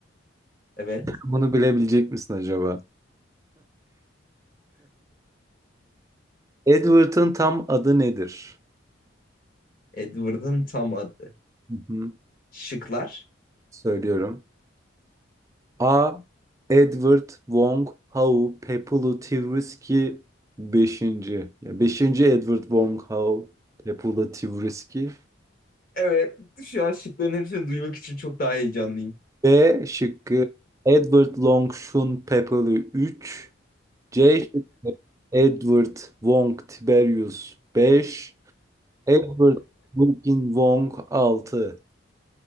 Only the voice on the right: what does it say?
Bunu bilebilecek misin acaba? Edward'ın tam adı nedir?
Hı hı.
Söylüyorum. A. Edward Wong Howe Pepulu Tivriski beşinci. Ya 5. Edward Wong Howe Pepulu Tivriski
B şıkkı Edward Longshun Pepper'i 3, C şıkkı Edward Wong Tiberius 5, Edward Wilkin Wong 6.